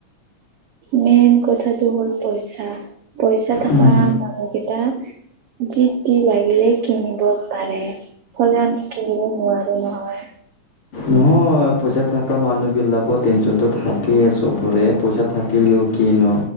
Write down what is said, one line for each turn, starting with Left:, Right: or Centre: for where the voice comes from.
Right: মেইন কথাটো হ'ল পইচা। পইচা থাকা
Left: উম,
Right: মানুকেই এটা যিটি লাগিলেই কিনিব পাৰে। হলেও আমি কিনিব নোৱাৰো নহয়।
Left: নহয় পইচা থকা মানুহ বিলাকৰ টেনচন টো থাক থাকে চবৰে পইচা থাকিলেও কি ন